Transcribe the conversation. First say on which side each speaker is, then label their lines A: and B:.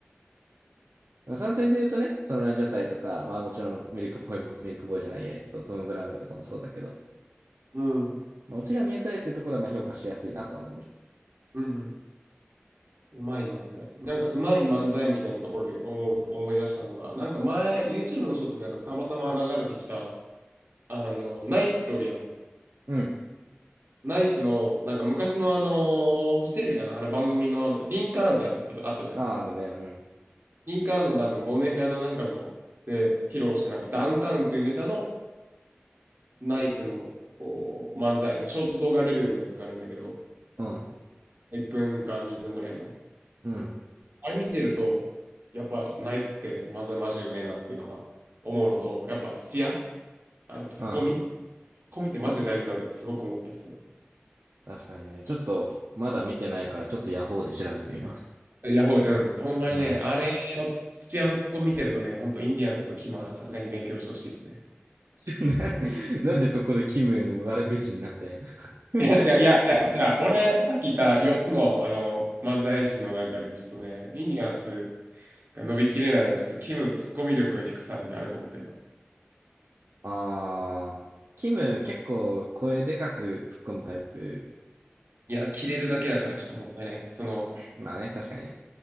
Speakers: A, on the right; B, on the right.
A: まあその点で言うとね、そのランジャタイとか、まあもちろんミルクボーイも、ミルクボーイじゃないや、えっと、トム・ブラウンとかもそうだけど、
B: うん。うん
A: まあ、オチが見えづらいっていうところはまあ評価しやすいなとは思うね。
B: うんうまい漫才。なんかうまい漫才みたいなところで思う、思い出したのが、なんか前、YouTube のショートでなんかたまたま流れてきた、あの、ナイツっておるやん。
A: うん。
B: ナイツの、なんか昔のあの、フジテレビかな、あの番組のリンカーンってあったあったじゃん。
A: ああ、あるね。うん。
B: リンカーンの多分忘年会のなんかの、で、披露したなんかダウンタウンっていうネタのナイツのこう漫才のショート動画レベルのやつがあるんだけど、
A: うん。
B: 1分か2分ぐらいの。
A: うん。
B: あれ見てると、やっぱ、ナイツって漫才マジうめえなっていうのが思うのと、やっぱ土屋、あのツッコミ、
A: うん。
B: ツッコミってマジで大事だなってすごく思ったっすね。
A: 確かにね。ちょっと、まだ見てないから、ちょっとヤホーで調べてみます。
B: ヤホー、うん、ほんまにね、
A: うん。
B: あれのつ土屋のツッコミ見てるとね、ほんとインディアンスのキムはさすがに勉強してほしいですね。
A: <laughs> な、なんでそこでキムへの悪口になってん <laughs>
B: <laughs> いや、じゃあ、いや、じゃあ、じゃあ俺、さっき言った4つの、あの漫才師の中で、ちょっとね、インディアンスが伸びきれないのは、ちょっとキムのツッコミ力の低さにあると思ってるから。
A: ああ、キム結構声でかく突っ込むタイプ。
B: いや、切れるだけだからちょっともったいない。その、
A: まあね、確かにね。